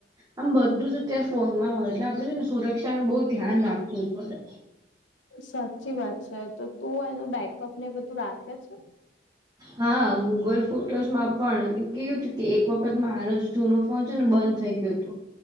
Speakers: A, on the right (about 20°); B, on the left (about 80°).
A: આમ બધું જ અત્યારે ફોનમાં હોય એટલે આપડે છે ને સુરક્ષાનું બો ધ્યાન રાખવું પડે.
B: સાચી વાત છે તો તું એનો બેકઅપ ને બધું રાખે છે.
A: હા ગૂગલ ફોટોસમાં પણ એમ કયું હતું કે એક વખત મારા જૂનો ફોન છે ને બંધ થઈ ગયો